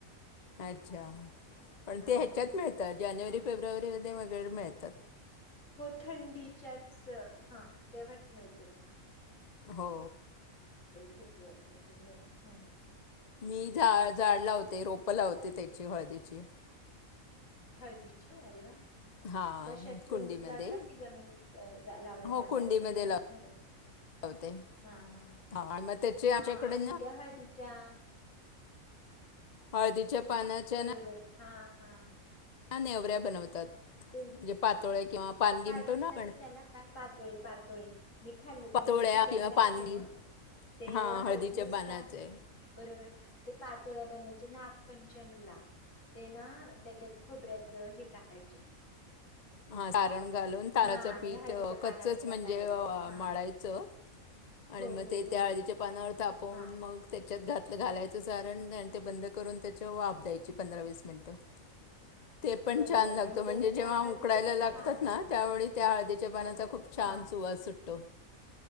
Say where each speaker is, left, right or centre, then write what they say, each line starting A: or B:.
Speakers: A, on the left (about 40°); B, on the left (about 65°).
A: अच्छा पण
B: हा
A: ते ह्याच्यात
B: हा हा
A: मिळतं जानेवारी
B: हा.
A: फेब्रुवारी म <unintelligible> मिळतं
B: हो थंडीच्याच हा तेव्हाच मिळतं ते
A: हो.
B: फेब्रुवारीमध्ये मे हम्म
A: मी झा झाड लावते रोपं लावते त्याची हळदीची
B: हळदीची अरे वा
A: हां
B: कशात कुंडीत
A: कुंडीमध्ये
B: लावता कि जमिनीत लावयला
A: हो
B: जागा
A: कुंडीमध्ये
B: आहे तुम्हाला ज घराची
A: लावते
B: हा हा
A: हां आणि मग त्याचे
B: हा
A: आमच्याकडे
B: आणि त्या हळदीच्या
A: हळदीचे पानाच्या
B: बरोबर
A: ना
B: हा, हा
A: नेवऱ्या बनवतात
B: ते
A: म्हणजे पातोळ्या किंवा पानगी
B: काय
A: म्हणतो
B: बनत
A: ना आपण
B: त त्याला काय पातोळे पातोळे मी खाल्लेत
A: पातोळ्या
B: आमचे शेजारी
A: किंवा
B: राहायचे
A: पानगी
B: ना ते
A: हां
B: हळद
A: हळदीच्या
B: मस्त
A: पानाचे
B: बरोबर ते पातोळ्या बनवायचे नागपंचमीला ते ना त्याच्यात खोबऱ्याचं हे टाकायचं
A: हा सारण घालून ताराच
B: हा आणि
A: पीठ
B: हळदीच्या पानावर
A: कच्चच
B: त्या
A: म्हणजे
B: करायच्या हा
A: मळायचं आणि
B: हो,
A: मग
B: हो,
A: ते
B: हो,
A: त्या हळदीच्या
B: हो.
A: पानावर तापवून
B: हां,
A: मग त्याच्यात घात घालायचं सारण आणि ते बंद करून त्याच्याव वाफ द्यायची पंधरा वीस मिनिटं ते पण
B: बरोबर
A: छान लागतं
B: आणि त्याला
A: म्हणजे
B: त्या
A: जेव्हा
B: हळदीचं
A: उकडायला
B: खूप
A: लागतात
B: छान
A: ना त्यावेळी त्या हळदीच्या पानाचा खूप छान
B: हां.
A: सुवास सुटतो.